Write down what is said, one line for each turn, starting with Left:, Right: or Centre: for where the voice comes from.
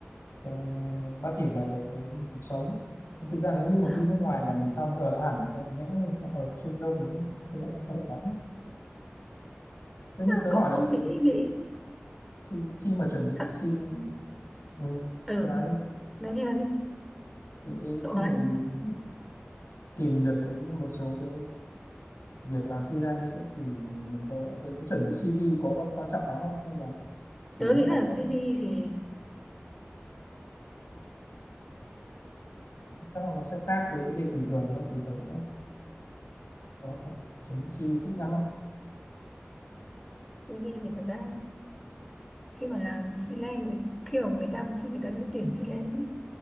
Left: không bắt kịp lại được với cuộc sống thực ra nếu như mà
Centre: à,
Left: đi nước ngoài mà mình sau mới ở lại hẳn còn nhẽ mình sẽ ở Trung Đông thì rất sẽ không hợp lắm
Centre: sao
Left: thế như tớ hỏi
Centre: cậu không
Left: là khi,
Centre: nghĩ nghĩ
Left: khi, khi mà chuẩn bị
Centre: sao,
Left: xin
Centre: sao?
Left: ừ,
Centre: ừ
Left: tớ nói đi
Centre: nói đi nói đi
Left: thì cái,
Centre: cậu
Left: khi
Centre: nói
Left: mà
Centre: đi
Left: mình tìm được cái một số cái việc làm freelance ấy, thì mình có cái, cái chuẩn bị CV có quan quan trọng lắm không hay là chủ
Centre: tớ
Left: yếu là
Centre: nghĩ
Left: phỏng
Centre: là
Left: vấn
Centre: CV thì
Left: chắc là nó sẽ khác với cái việc bình thường đúng không bình thường cũng có phải chuẩn bị CV kỹ lắm không
Centre: CV thì thật ra khi mà làm freelance khi mà người ta khi người ta đã tuyển freelance ý,